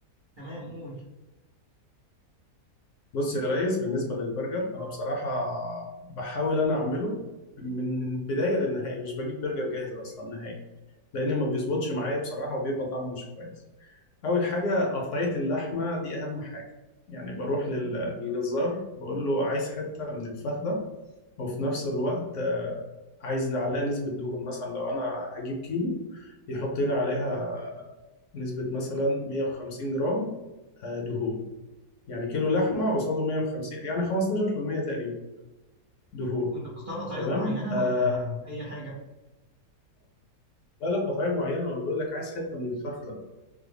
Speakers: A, on the right; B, on the left.
A: تمام قول
B: بص يا ريس بالنسبة للبرجر انا بصراحة بحاول انا اعمله من البداية للنهاية مش بجيب برجر جاهز اصلا نهائي لان ما بيظبطش معايا بصراحة وبيبقى طعمه مش كويس اول حاجه قطعيه اللحمه دي اهم حاجه يعني بروح لل- للجزار بقول له عايز حته من الفخده وفي نفس الوقت آه، عايز عليها نسبة دهون مثلا لو أنا هجيب كيلو يحط لي عليها نسبة مثلا 150 جرام آه، دهون يعني كيلو لحمة قصاده 150 يعني 15% تقريبا دهون
A: وانت بتختار قطعيات
B: تمام
A: معينه
B: آه،
A: ولا اي حاجه
B: لا لا قطعية معينة ما بقول لك عايز حتة من الفخدة